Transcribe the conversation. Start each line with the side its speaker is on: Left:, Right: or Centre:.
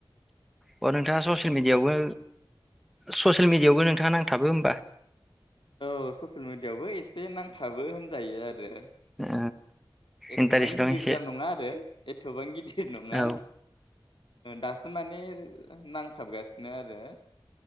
Centre: अ नोंथाङा ससियेल मिडियावबो ससियेल मिडियायावबो नोंथाङा नांथाबो होमबा?
Left: औ ससियेल मिडियायावबो एसे नांथाबो होनजायो आरो
Centre: ओ
Left: एफाबां
Centre: इन्टारेस्ट दं
Left: गिदिरजा
Centre: एसे
Left: नङा आरो एथबां गिदिर नङा
Centre: औ
Left: दासो माने नांथाबगासि नो आरो